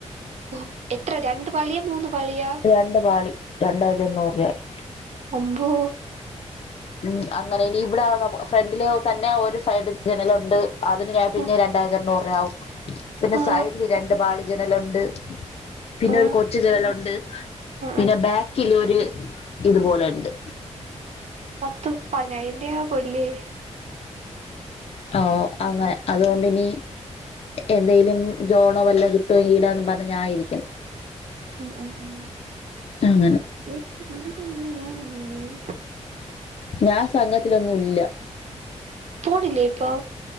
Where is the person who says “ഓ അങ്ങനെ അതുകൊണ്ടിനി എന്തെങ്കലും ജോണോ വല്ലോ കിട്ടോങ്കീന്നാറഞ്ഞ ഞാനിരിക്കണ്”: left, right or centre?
Left